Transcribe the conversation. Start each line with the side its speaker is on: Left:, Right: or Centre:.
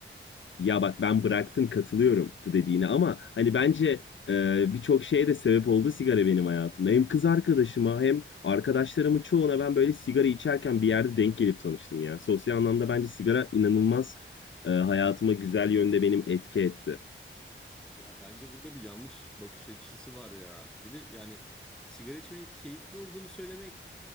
Left: Ya bak ben bıraktım katılıyorum bu dediğine ama hani bence e, birçok şeye de sebep oldu sigara benim hayatımda. Hem kız arkadaşıma hem arkadaşlarımın çoğuna ben böyle sigara içerken bir yerde denk gelip tanıştım ya. Sosyal anlamda bence sigara inanılmaz e, hayatıma güzel yönde benim etki etti.
Centre: Ya bence burada bir yanlış bakış açısı var ya. Bir de yani sigara içmenin keyifli olduğunu söylemek